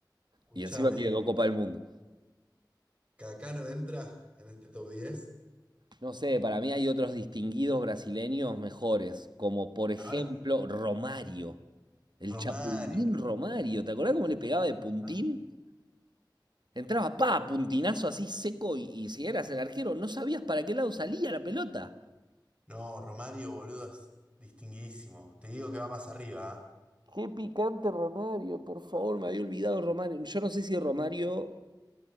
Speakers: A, on the right; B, on the right.
A: Escúchame,
B: Y encima tiene dos Copas del Mundo.
A: Cacano entra en este top diez
B: No sé, para mí hay otros distinguidos brasileños mejores, como por ejemplo
A: Ahora,
B: Romario. El
A: Romario.
B: Chapulín Romario. ¿Te acordás cómo le pegaba de puntín?
A: ¿ah?
B: Entraba, pa, puntinazo así seco y, y si eras el arquero no sabías para qué lado salía la pelota.
A: No, Romario, boludo, es distinguidísimo. Te digo que va más arriba. ¿ah?
B: Qué picante Romario, por favor, me había olvidado Romario. Yo no sé si Romario